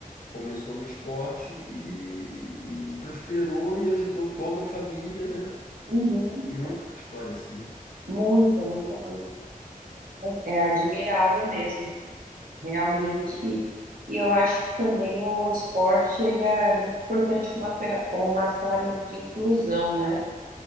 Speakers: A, on the left; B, on the right.
A: começou no esporte e, e prosperou e ajudou toda a família, né?
B: Uhum.
A: Muita história assim.
B: Muita, muita, muita. É admirável mesmo. realmente. E e eu acho que também o esporte ele é muito importante como uma, fer- como uma ferramenta de inclusão, né?